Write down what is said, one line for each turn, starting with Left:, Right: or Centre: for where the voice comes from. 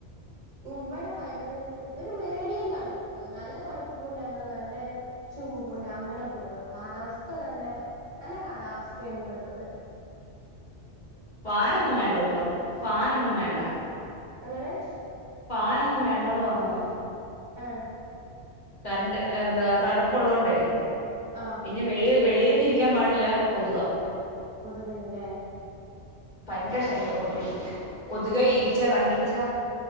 Right: ഇവടെ ഭയങ്കര ഒര് ഒര് മേഡിയം തണുപ്പ് നല്ല തണുപ്പുല്ല ന്നാ നല്ല ചൂടുല്ല അങ്ങന പോണു കാലാവസ്ഥ നല്ല നല്ല കാലാവസ്ഥയാണ് ഇന്നത്തത്
Left: ഫാനൊന്നും
Right: അവിടെ
Left: വേണ്ട ഇപ്പൊ ഫാനൊന്നും വേണ്ട
Right: എങ്ങനെ
Left: ഫാനൊന്നും വേണ്ടാന്ന് പർഞ്ഞതാ
Right: ആഹ്
Left: കര്ണ്ട് എന്താ തണുപ്പുള്ളോണ്ടേ
Right: ആ
Left: പിന്നെ വെളി വെളീന്ന് ഇരിക്കാം പാടില്ല കൊതുകാ
Right: കൊത്ക്ണ്ട് ലെ
Left: ഭയങ്കര ശല്യാ കൊതുകിന്റെ കൊതുക്
Right: ഉം
Left: ഈച്ച കണ്ണീച്ച